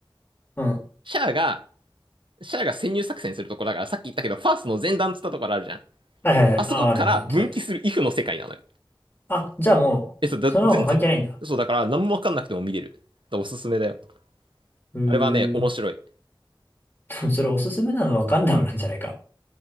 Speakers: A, on the left; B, on the right.
A: うん。
B: シャアが、シャアが潜入作戦するところだから、さっき言ったけど、ファーストの前段っつったところあるじゃん。
A: はいはいはい。
B: あそこから分岐するイフの世界なのよ。
A: あ、あるね。いつだね。あ、じゃあもう、
B: え、そう、だ、
A: その方が関係ないんだ。
B: 全然、そう、だから何もわかんなくても見れる。だからおすすめだよ。
A: へー
B: あれはね、面白い。
A: それおすすめなのはガンダムなんじゃないか。